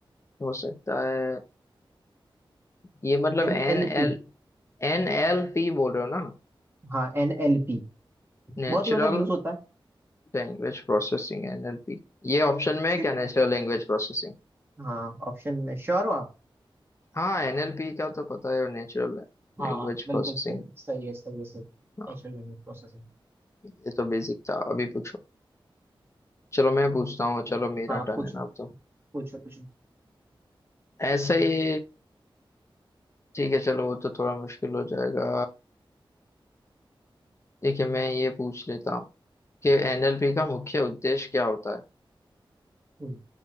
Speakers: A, on the left; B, on the right.
A: हो सकता है ये मतलब
B: N
A: N
B: L
A: L
B: P
A: N L P बोल रहे हो ना
B: हाँ एन एल पी
A: Natural
B: बहुत ही मतलब यूज होता है
A: language processing NLP ये ऑप्शन में
B: इसके-
A: है क्या नेचुरल लैंग्वेज प्रोसेसिंग
B: हाँ ऑप्शन में श्योर हो आप
A: हाँ एनएलपी का तो पता है और नेचुरल
B: हाँ
A: लैंग्वेज
B: बिल्कुल
A: प्रोसेसिंग
B: सही सही है सही है सही है
A: हाँ
B: Natural language processing
A: ये तो बेसिक था अभी पूछो चलो मैं पूछता हूँ चलो मेरा
B: हाँ
A: टर्न
B: पूछो
A: है ना अब तो
B: पूछो पूछो
A: ऐसे ही ठीक है चलो वो तो थोड़ा मुश्किल हो जाएगा ठीक है मैं ये पूछ लेता हूँ कि एनएलपी का मुख्य उद्देश्य क्या होता है
B: हम्म,